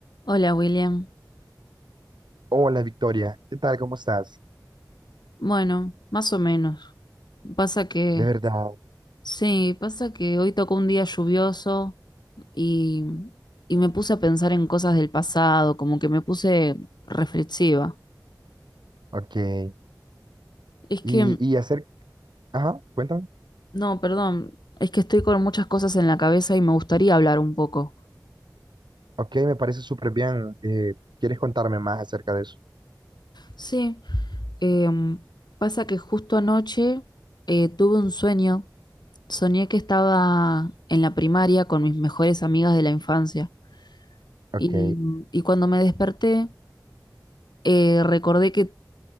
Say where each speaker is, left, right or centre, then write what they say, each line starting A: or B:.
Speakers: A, on the left; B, on the right.
A: Hola William.
B: Hola Victoria, ¿qué tal? ¿Cómo estás?
A: Bueno, más o menos. Pasa que,
B: De verdad,
A: sí, pasa que hoy tocó un día lluvioso y, y me puse a pensar en cosas del pasado, como que me puse reflexiva.
B: ok.
A: Es que,
B: Y, y acerca, ajá, cuéntame.
A: no, perdón, es que estoy con muchas cosas en la cabeza y me gustaría hablar un poco.
B: Ok, me parece súper bien. Eh, ¿quieres contarme más acerca de eso?
A: Sí, em, pasa que justo anoche eh, tuve un sueño. Soñé que estaba en la primaria con mis mejores amigas de la infancia.
B: Ok.
A: Y, y cuando me desperté, eh, recordé que,